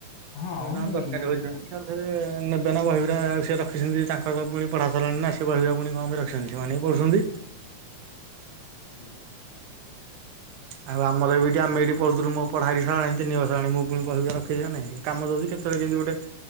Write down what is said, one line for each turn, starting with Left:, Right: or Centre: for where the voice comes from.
Left: ହଁ
Right: ଉ ତାଙ୍କ
Left: ହେଇ
Right: ଦରକାର
Left: ଆଉ
Right: ହୋଉଚି
Left: କଣ
Right: <unintelligible> ତାପରେ ନେବେନା ବହିିଗୁରା ଆଉ ସେ ରଖିଛନ୍ତି ତାଙ୍କର ପୁଣି ପଢା ସାରଲାଣି ନା ସେ ବହଗୁରା ପୁଣି କଣ ପାଇଁ ରଖିଛନ୍ତି। ସେମାନେ ହିଁ ପଢୁଛନ୍ତି।
Left: ହୁଁ।
Right: ଆଉ ଆମର ଏ ବିି ଏଇଠି ଆମେ ଏଇଠି ପଢୁଥିଲୁ ମୋ ପଢା ଏଇଠି ସରିଲାଣି ତିନି ବର୍ଷ ହେଲାଣି ମୁଁ ପୁଣି ବହିଗୁରା ରଖିଛି ନା ନାଇଁ। କାମ ଦୋଉଛି କେତେବେଳେ କେମିତି ଗୋଟେ